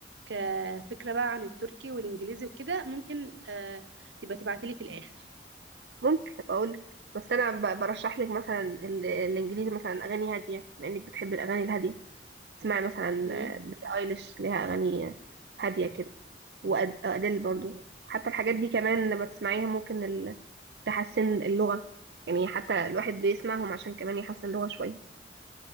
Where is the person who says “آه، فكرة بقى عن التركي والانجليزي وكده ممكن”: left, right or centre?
Right